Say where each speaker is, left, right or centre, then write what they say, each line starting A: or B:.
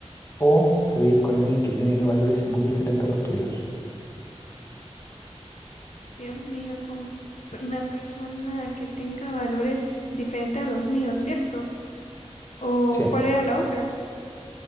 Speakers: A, on the left; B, on the left.
A: o salir con alguien que tiene valores muy diferentes a los tuyos.
B: Dios mío, con una persona que tenga valores diferentes a los míos, ¿cierto? ¿O
A: Sí,
B: cuál era la otra?